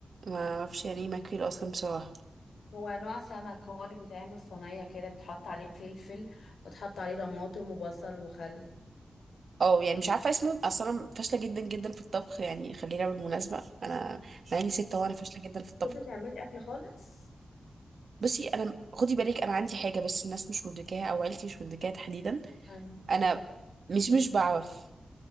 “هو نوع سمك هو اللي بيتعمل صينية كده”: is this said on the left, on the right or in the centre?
Left